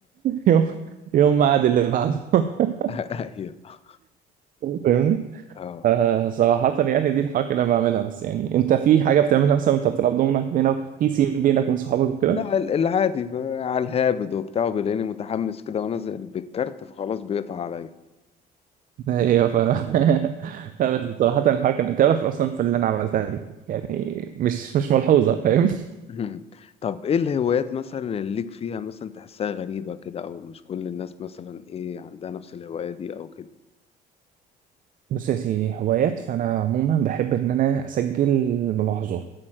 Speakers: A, on the right (about 55°); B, on the left (about 35°).
A: يوم يوم ما عاد اللي بعده <laughs>
B: <laughs> ايوه
A: فاهمني
B: اه
A: آه صراحة يعني دي الحركة اللي انا بعملها بس يعني انت في حاجة بتعملها مثلا وانت بتلعب دومنا بينك في سين بينك وبين صحابك وكده
B: لا ال- العادي ب- على الهابد وبتاع وبيلاقيني متحمس كده وانا زي- بالكارت فخلاص بيقطع عليا
A: ايوه ف <laughs> لا بس صراحة الحركة انت تعرف اصلا في اللي انا عملتها دي يعني مش مش ملحوظة فاهم
B: مم. طب ايه الهوايات مثلا اللي ليك فيها مثلا تحسها غريبة كده او مش كل الناس مثلا ايه عندها نفس الهواية دي او كده
A: بص يا سيدي هوايات فأنا عموما بحب إن أنا أسجل ملاحظات